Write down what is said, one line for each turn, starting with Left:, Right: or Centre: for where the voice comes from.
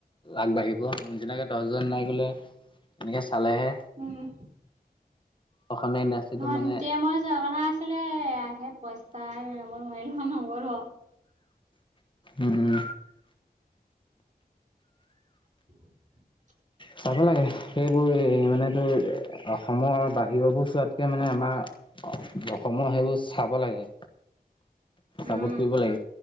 Left: আগবাঢ়িব। মোৰ চিনাকে দহজন নাই গ'লে তেনেকে চালেহে।
Right: উম
Left: অসমীয়া ইণ্ডাষ্ট্ৰিটো
Right: ভন্টিয়ে,
Left: মানে
Right: মই যোৱা কথা আছিলে আহে পইচ তাই মই যাবলৈ নগলো আৰু।
Left: উম।
Right: <inaudible>
Left: চাব লাগে। সেইবোৰ এই মানে তোৰ অসমৰ বাহিৰৰবোৰ চোৱাতকে মানে আমাৰ অসমৰ সেইবোৰ চাব লাগে। চাপোৰ্ট
Right: উম।
Left: কৰিব লাগে।